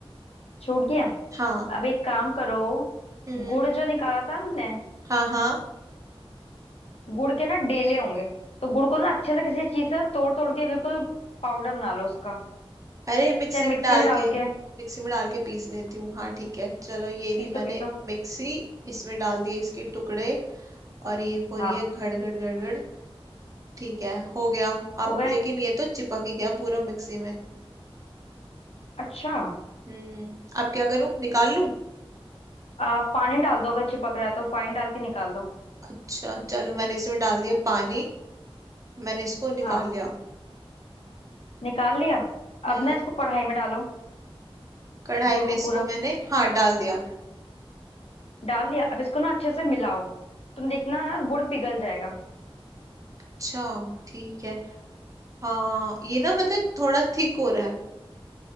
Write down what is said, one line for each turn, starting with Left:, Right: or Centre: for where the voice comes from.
Left: छूट गया
Right: हाँ
Left: अब एक काम करो
Right: हम्म
Left: गुड़ जो निकाला था हमने
Right: हाँ हाँ
Left: गुड़ के ना डेले होंगे तो गुड़ को ना अच्छे से किसी चीज से तोड़ तोड़ के बिल्कुल पाउडर बना लो उसका
Right: अरे मिक्सी
Left: चाहे
Right: में
Left: मिक्सी
Right: डाल
Left: में डाल
Right: के
Left: के
Right: मिक्सी में डाल के पीस लेती हूँ हाँ ठीक है चलो ये ली
Left: पीसो
Right: मैंने
Left: पीसो
Right: मिक्सी इसमें डाल दिए इसके टुकड़े और ये हो रही
Left: हाँ
Right: है घड़ घड़ घड़ घड़ ठीक है हो गया अब
Left: हो गए
Right: लेकिन ये तो चिपक ही गया पूरा मिक्सी में
Left: अच्छा
Right: हम्म अब क्या करूं निकाल लूं
Left: आ, पानी डाल दो अगर चिपक रहा है तो पानी डाल के निकाल लो
Right: अच्छा चलो मैंने इसमें डाल दिया पानी मैंने इसको निकाल
Left: हाँ
Right: लिया
Left: निकाल लिया
Right: हम्म
Left: अब ना इसको कढ़ाई में डालो
Right: कढ़ाई
Left: गुड़ को
Right: में इसको
Left: पूरा
Right: मैंने हाँ डाल दिया
Left: डाल दिया अब इसको ना अच्छे से मिलाओ तुम देखना ना गुड़ पिघल जाएगा
Right: अच्छा ठीक है हाँ ये ना मतलब थोड़ा थिक हो रहा है